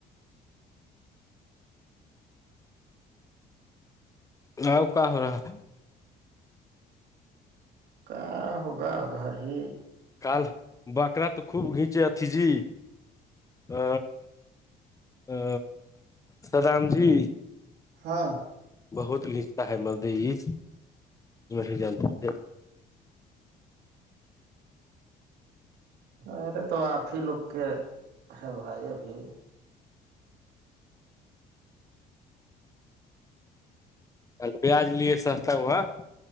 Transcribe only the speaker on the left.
آؤک ہو رہا ہے
کل بکرا تو خوب گھیچے اتیھی جی ا ا سدام جی
بہت گھینچتا ہے مدی میں ہی جانتے تھے
کل پیاج لیے سستا میںاں